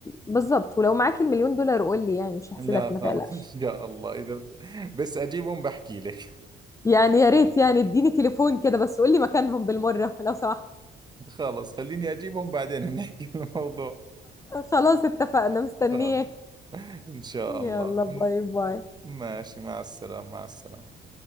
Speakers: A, on the left; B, on the right.
A: بالظبط ولو معاك المليون دولار قول لي يعني مش هحسدك
B: لا خلص
A: ما تقلقش
B: <laughs> ان شاء الله اذا بس اجيبهم بحكي لك
A: يعني يا ريت يعني اديني تليفون كده بس قول لي مكانهم بالمرة <laughs> لو سمحت
B: خلص خليني اجيبهم بعدين بنحكي <laughs> الموضوع
A: خلاص اتفقنا مستنياك
B: خلص ان شاء
A: يلا
B: الله
A: باي باي
B: ماشي مع السلامة مع السلامة